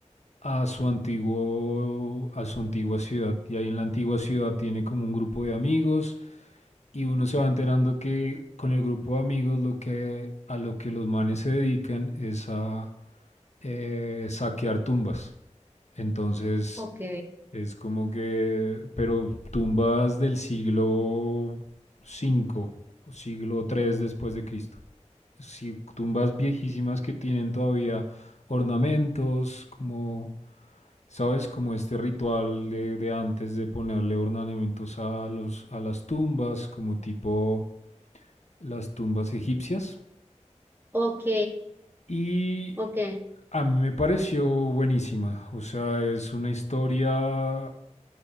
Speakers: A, on the left; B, on the right.
A: a su antiguo, a su antigua ciudad. Y ahí en la antigua ciudad tiene como un grupo de amigos y uno se va enterando que con el grupo de amigos lo que, a lo que los manes se dedican es a eh, saquear tumbas. Entonces
B: Ok,
A: Es como que, pero tumbas del siglo cinco o siglo tres después de Cristo. Sí, tumbas viejísimas que tienen todavía ornamentos, como, ¿sabes? Como este ritual de, de antes de ponerle ornamentos a, los, a las tumbas, como tipo las tumbas egipcias,
B: ok,
A: y
B: ok,
A: a mí me pareció buenísima. O sea, es una historia